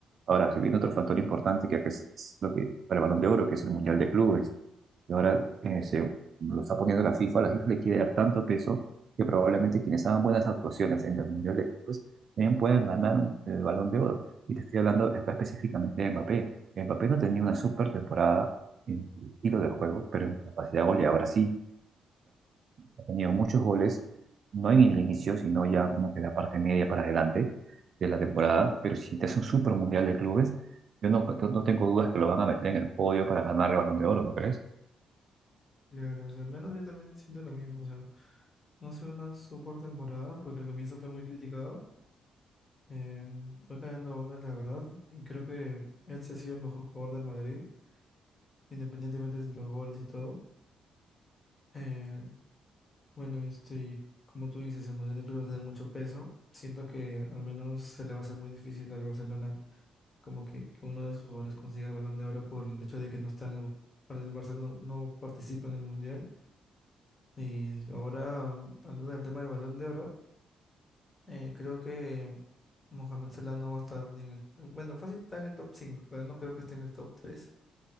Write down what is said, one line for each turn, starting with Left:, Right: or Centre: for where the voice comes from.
Right: Ahora, si viene otro factor importante que acá es, es lo que para el Balón de Oro, que es el Mundial de Clubes, y ahora eh, se lo está poniendo la FIFA, la FIFA le quiere dar tanto peso que probablemente quienes hagan buenas actuaciones en el Mundial de Clubes también puedan ganar un- el Balón de Oro. Y te estoy hablando espe- específicamente de Mbappé. Mbappé no tenía una super temporada en estilo de juego, pero en capacidad goleadora sí ha tenido muchos goles, no en el inicio, sino ya como que la parte media para adelante de la temporada, pero si te hace un super mundial de clubes, yo no, no no tengo dudas que lo van a meter en el podio para ganar el Balón de Oro, ¿no crees?
Left: Claro, o sea, al menos yo también siento lo mismo, o sea, no ha sido una super temporada porque al comienzo fue muy criticado Eh, fue cayendo a bocas, la verdad, y creo que él se ha sido el mejor jugador del Madrid, independientemente de los goles y todo. Eh, bueno, este, y como tú dices, el Mundial de Clubes va a tener mucho peso. Siento que al menos se le va a hacer muy difícil al Barcelona, como que, que uno de sus jugadores consiga el Balón de Oro por el hecho de que no está en el, para el Barcelona no, participa en el Mundial. Y ahora, mm, hablando del tema del Balón de Oro. Eh, creo que Mohamed Salah no va a estar ni en el... Bueno, fácil está en el top 5, pero no creo que esté en el top tres